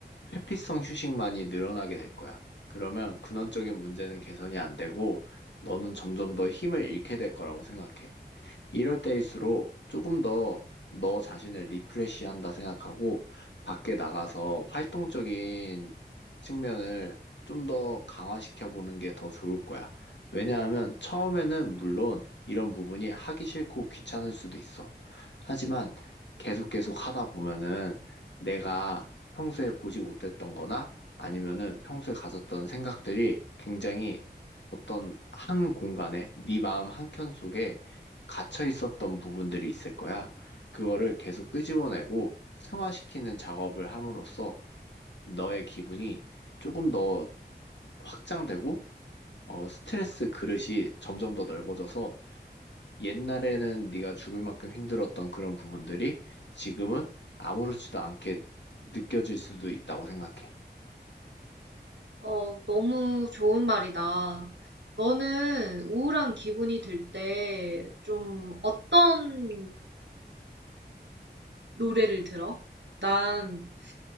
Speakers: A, on the left; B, on the right.
A: 회피성 휴식만이 늘어나게 될 거야. 그러면 근원적인 문제는 개선이 안 되고, 너는 점점 더 힘을 잃게 될 거라고 생각해. 이럴 때일수록 조금 더 너 자신을 리프레시한다 생각하고 밖에 나가서 활동적인 측면을 좀 더 강화시켜 보는 게 더 좋을 거야. 왜냐하면 처음에는 물론 이런 부분이 하기 싫고 귀찮을 수도 있어. 하지만 계속 계속 하다 보면은 내가 평소에 보지 못했던 거나 아니면은 평소에 가졌던 생각들이 굉장히 어떤 한 공간에 네 마음 한 켠 속에 갇혀 있었던 부분들이 있을 거야. 그거를 계속 끄집어내고 승화시키는 작업을 함으로써 너의 기분이 조금 더 확장되고 어, 스트레스 그릇이 점점 더 넓어져서 옛날에는 네가 죽을 만큼 힘들었던 그런 부분들이 지금은 아무렇지도 않게 느껴질 수도 있다고 생각해.
B: 어, 너무 좋은 말이다. 너는 우울한 기분이 들 때 좀 어떤 노래를 들어? 난